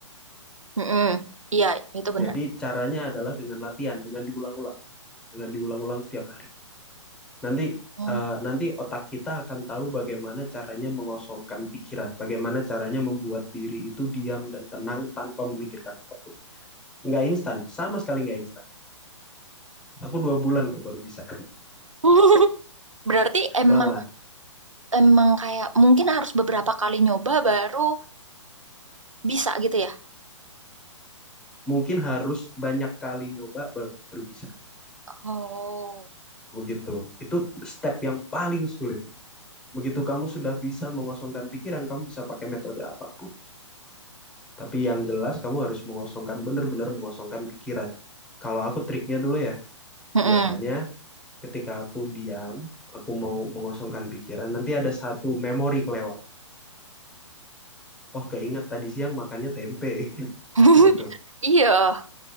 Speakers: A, on the right; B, in the centre.
A: mm-mm. Iya, itu benar.
B: Jadi caranya adalah dengan latihan, dengan diulang-ulang, dengan diulang-ulang setiap hari. Nanti
A: Mm.
B: eh, nanti otak kita akan tahu bagaimana caranya mengosongkan pikiran, bagaimana caranya membuat diri itu diam dan tenang tanpa memikirkan apapun. nggak instan, sama sekali nggak instan. Aku dua bulan kok baru bisa.
A: <laughs> Berarti
B: <laughs>
A: emang
B: Lama.
A: emang kayak mungkin harus beberapa kali nyoba baru bisa gitu ya?
B: Mungkin harus banyak kali nyoba baru bisa.
A: Oh,
B: Begitu. Itu step yang paling sulit. Begitu kamu sudah bisa mengosongkan pikiran, kamu bisa pakai metode apapun. Tapi yang jelas kamu harus mengosongkan, benar-benar mengosongkan pikiran. Kalau aku triknya dulu ya,
A: Mm-mm.
B: biasanya ketika aku diam, aku mau mengosongkan pikiran, nanti ada satu memori kelewat. Oh, keinget tadi siang makannya tempe, <laughs>
A: <laughs>
B: gitu.
A: iya.